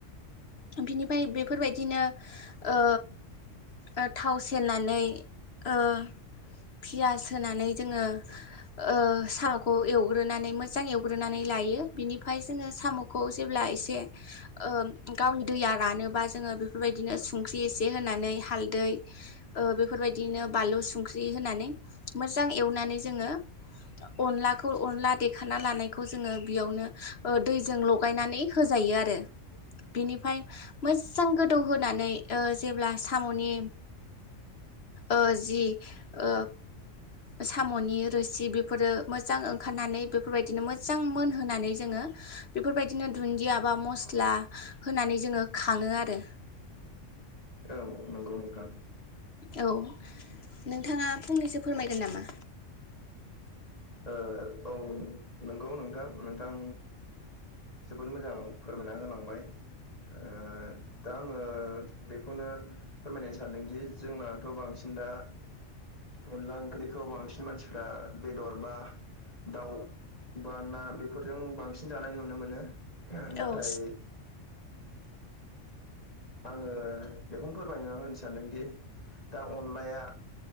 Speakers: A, on the left; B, on the left.
A: बिनिफाय बेफोरबायदिनो ओ ओ थाव सेरनानै ओ पियास होनानै जोङो ओ साखौ एवग्रोनानै मोजां एवग्रोनानै लायो बिनिफाय जोङो साम'खौ जेब्ला एसे ओ गावनि दैया रानोबा जोङो बेफोरबायदिनो संख्रि इसे होनानै हालदै ओ बेफोरबायदिनो बानलु संख्रि होनानै मोजां मोजां एवनानै जोङो अनलाखौ अनला देखाना लानायखौ जोङो बेयावनो ओ दैजों लगायनानै होजायो। आरो बेनिफाय मोजां गोदौ होनानै ओ जेब्ला साम'नि ओ जि ओ साम'नि रोसि बेफोरो मोजां ओंखारनानै बेफोरबायदिनो मोजां मोनहोनानै जोङो बेफोरबायदिनो धुन्दिया बा मस्ला होनानै जोङो खाङो आरो।
B: ओं नंगौ नोंथां।
A: औ नोंथाङा फंनैसो फोरमायगोन नामा?
B: ओ औ नंगौ नोंथां नोंथां जोबोद मोजां फोरमायना होलांबाय ओ दा आङो बेखौनो फोरमायनो सानदोंदि जोंनाथ' बांसिन दा अनला ओंख्रिखौ बांसिन मानसिफ्रा बेदर बा दाउ बा ना बेफोरजों बांसिन जानाय नुनो मोनो नाथाय
A: औ।
B: आङो बेखौनो फोरमायना होनो सानदोंदि दा अनलाया